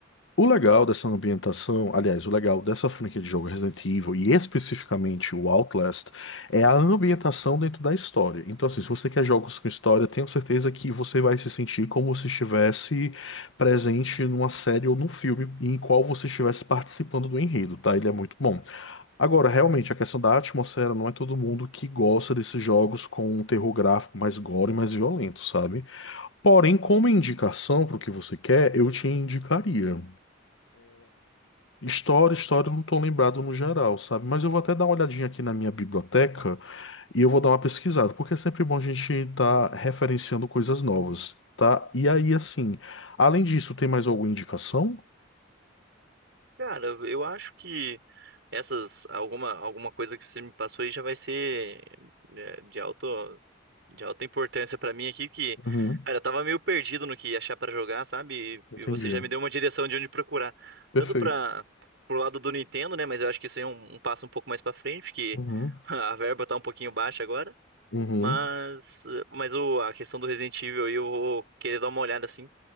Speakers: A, on the left; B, on the right.
A: O legal dessa ambientação, aliás, o legal dessa franquia de jogo Resident Evil e especificamente o Outlast é a ambientação dentro da história. Então, assim, se você quer jogos com história, tenho certeza que você vai se sentir como se estivesse presente numa série ou num filme em qual você estivesse participando do enredo, tá? Ele é muito bom. Agora, realmente, a questão da atmosfera não é todo mundo que gosta desses jogos com um terror gráfico mais gore, mais violento, sabe? Porém, como indicação para o que você quer, eu te indicaria. História, história, eu não estou lembrado no geral, sabe? Mas eu vou até dar uma olhadinha aqui na minha biblioteca e eu vou dar uma pesquisada, porque é sempre bom a gente estar referenciando coisas novas, tá? E aí, assim, além disso, tem mais alguma indicação?
B: Cara, eu acho que essas alguma alguma coisa que você me passou aí já vai ser é, de alto de alta importância pra mim aqui que,
A: Uhum,
B: cara, eu tava meio perdido no que achar pra jogar, sabe?
A: entendi.
B: E, e você já me deu uma direção de onde procurar,
A: Perfeito.
B: tanto para pro lado do Nintendo, né? Mas eu acho que isso aí é um, um passo um pouco mais pra frente, porque
A: Uhum,
B: <laughs> a verba tá um pouquinho baixa agora.
A: uhum,
B: Mas, mas o, a questão do Resident Evil aí eu vou querer dar uma olhada assim.